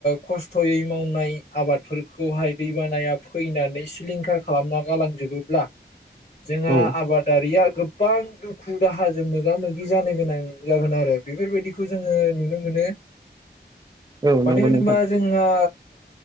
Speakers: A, on the left; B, on the right.
A: खस्थयै मावनाय आबादफोरखौहाय दैबानाया फैनानै सिलिंखार खालामना गालांजोबोब्ला। जोंहा
B: औ
A: आबादारिया। गोबां दुखु दाहाजों मोगा मोगि जानो गोनां जागोन आरो बेफोरबायदिखौ जोङो नुनो। माने
B: औ
A: मानो
B: नंगौ
A: होनोबा
B: नोंथां
A: जोंहा।